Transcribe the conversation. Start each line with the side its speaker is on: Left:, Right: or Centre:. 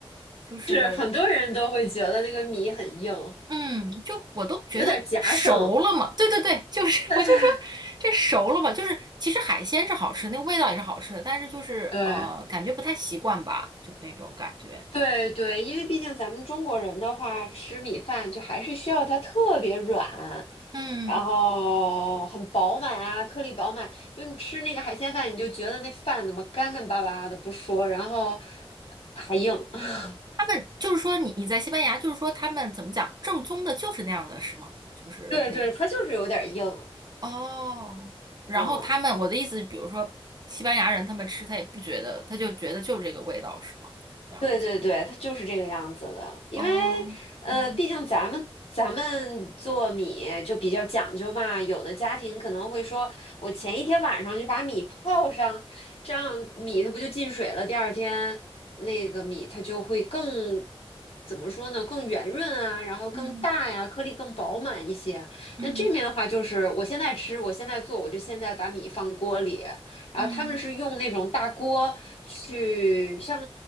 Right: 就是
Left: 是很多人都会觉得那个米很硬，
Right: 嗯，就我都觉得熟了嘛，
Left: 有点夹生。
Right: 对对对，就是
Left: <laughs>
Right: <laughs> 我就说这熟了嘛，就是其实海鲜是好吃的那个味道也是好吃的，但是就是呃，
Left: 对
Right: 感觉不太习惯吧，就那种感觉。
Left: 对对，因为毕竟咱们中国人的话，吃米饭就还是需要它特别软，
Right: 嗯，
Left: 然后很饱满啊，颗粒饱满。就你吃那个海鲜饭，你就觉得那饭怎么干干巴巴的不说，然后还硬。<laughs>
Right: 他们就是说你你在西班牙，就是说他们怎么讲，正宗的就是那样的，是吗？就是那个
Left: 对对，它就是有点硬。
Right: 哦，然后他们我的意思，
Left: 嗯，
Right: 比如说西班牙人他们吃，他也不觉得，他就觉得就是这个味道，是吗？这样子。
Left: 对对对，它就是这个样子的，因为
Right: 哦，
Left: 呃，
Right: 嗯
Left: 毕竟咱们咱们做米就比较讲究嘛，有的家庭可能会说，我前一天晚上就把米泡上，这样米它不就进水了？第二天那个米它就会更怎么说呢？更圆润啊，然后更大呀，
Right: 嗯
Left: 颗粒更饱满一些。
Right: 嗯
Left: 那这面的话就是，我现在吃，我现在做，我就现在把米放锅里。然后他们是用那种大锅去像
Right: 嗯。